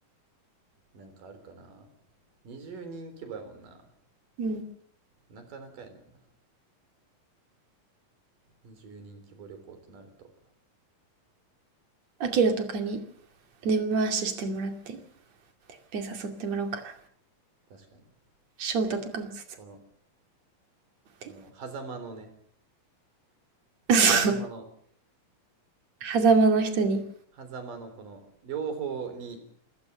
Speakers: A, on the right; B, on the right.
A: なんかあるかな。20人規模やもんな。
B: うん。
A: なかなかやねんな。20人規模旅行となると。
B: アキラとかに根回ししてもらって、いっぺん誘ってもらおうかな。
A: 確かに。
B: 翔太とかも誘っ
A: この、
B: て。
A: この、狭間のね、
B: <laughs> そう。
A: 狭間の、
B: 狭間の人に。
A: 狭間のこの、両方に、